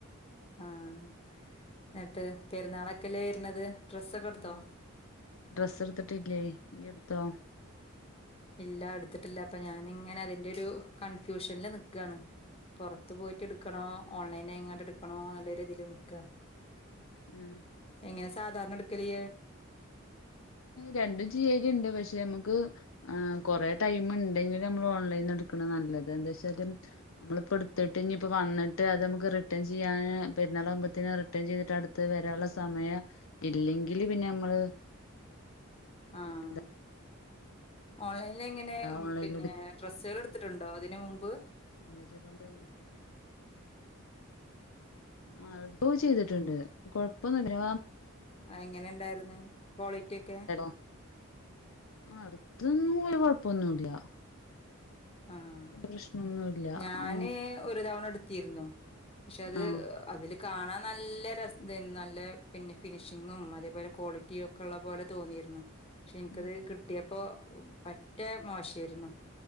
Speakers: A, on the left; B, on the left.
A: ആഹ് എന്നിട്ട് പെരുന്നാളൊക്കെയല്ലേ വരുന്നത് ഡ്രസ്സൊക്കെ എടുത്തോ
B: ഉം ഡ്രസ്സ് എടുത്തിട്ടില്ലേ ഈ എടുത്തോ
A: ഇല്ല എടുത്തിട്ടില്ല അപ്പൊ ഞാനിങ്ങനെ അതിന്റെ ഒരു കൺഫ്യൂഷനില് നിക്കാണ് പൊറത്ത് പോയിട്ട് എടുക്കണോ ഓൺലൈനായിങ്ങാണ്ട് എടുക്കണോ എന്നുള്ള ഒരു ഇതിൽ നിൽക്കുക
B: ഉം
A: എങ്ങനെ സാധാരണ എടുക്കല്
B: രണ്ടും ചെയ്യലുണ്ട് പക്ഷെ നമുക്ക് ആഹ് കൊറേ ടൈം ഉണ്ടെങ്കിൽ നമ്മള് ഓൺലൈനീന്ന് എടുക്കണ നല്ലത് എന്താവെച്ചാല് നമ്മളിപ്പോ എടു. ത്തിട്ട് ഇനി ഇപ്പോ വന്നിട്ട് അത് നമക്ക് റിട്ടേൺ ചെയ്യാൻ പെരുന്നാളാവുമ്പത്തേന് റിട്ടേൺ ചെയ്തിട്ട് അടു. ത്ത് വരാനുള്ള സമയം ഇല്ലെങ്കില് പിന്നെ നമ്മള്
A: ആഹ്
B: എന്താ
A: ഓൺലൈനിൽ എങ്ങനെ
B: ഓൺലൈനിൽ
A: പിന്നെ ഡ്രസ്സുകൾ എടുത്തിട്ടുണ്ടോ ഇതിന് മുമ്പ്
B: എന്ന്‌ വെച്ചാ ഇപ്പം എന്താ ചെയ്യുക ആഹ് എടുക്കുവൊക്കെ ചെയ്തിട്ടുണ്ട് കൊഴപ്പവൊന്നുവില്ല
A: എങ്ങനെ ഉണ്ടായിരുന്നു ക്വാളിറ്റി ഒക്കെ
B: <unintelligible> <unintelligible> ആഹ് അടുത്തൊന്നും വല്യ കൊഴപ്പവൊന്നും ഇല്ല
A: ആഹ്
B: പ്രശ്നൊന്നുല്ല
A: ഞാന്
B: ആ
A: ഒരു തവണ എടുത്തീരുന്നു പക്ഷെ അത്
B: ആഹ്
A: അതില് കാണാൻ നല്ല ര ഇതേനി നല്ല പിന്നെ ഫിനിഷിങ്ങും അതേപോലെ ക്വാളിറ്റിയും ഒക്കെ ഉള്ള പോലെ തോന്നിയിരുന്നു പക്ഷെ എനിക്കത്
B: ഉം
A: കിട്ടിയപ്പോ പറ്റേ മോശായിരുന്നു